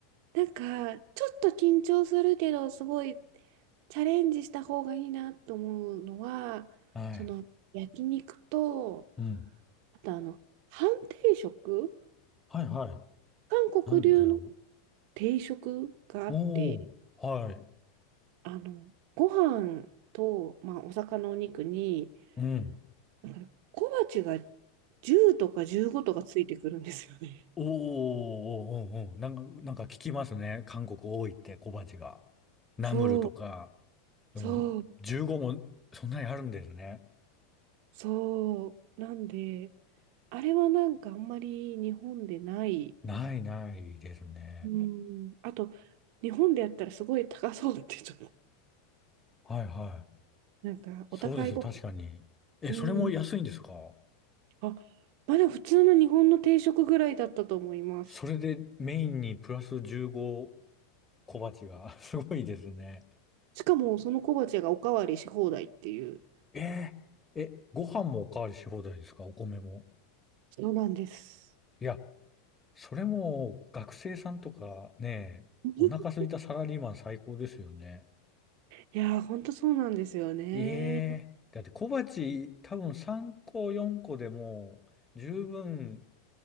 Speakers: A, on the right; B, on the left.
A: なんか、ちょっと緊張するけど、すごいチャレンジした方がいいなと思うのは、
B: はい。
A: その、焼肉と、
B: うん。
A: あとあの、半定食
B: はいはい。
A: 韓国流の
B: なんでだろ
A: 定食があって、
B: う。おー、はい。
A: あの、ご飯と、まあ、お魚のお肉に、
B: うん。
A: だから小鉢が10とか15とかついてくるんですよね。
B: おー、おー、おー、おーなんか、なんか聞きますね。韓国多いって小鉢が。ナムルとか。
A: <laughs> そう、
B: でも、
A: そう、
B: 15もそんなにあるんですね。
A: そう。なんで、あれはなんかあんまり日本でない。
B: ないないですね。
A: うん。あと、日本でやったらすごい高そうってちょっと、
B: はいはい。
A: なんかお高いご飯。
B: そうですよ、確かに。え、
A: うん。
B: それも安いんですか
A: あ、まあでも普通の日本の定食ぐらいだったと思います。
B: それでメインにプラス15小鉢が。<laughs> すごいですね。
A: しかもその小鉢がおかわりし放題っていう。
B: えーえ、ご飯もおかわりし放題ですかお米も。
A: そうなんです。
B: いや、それも学生さんとかね、
A: <laughs>
B: お腹空いたサラリーマン最高ですよね。
A: いやー、ほんとそうなんですよね。
B: ええだって小鉢多分3個4個でも十分、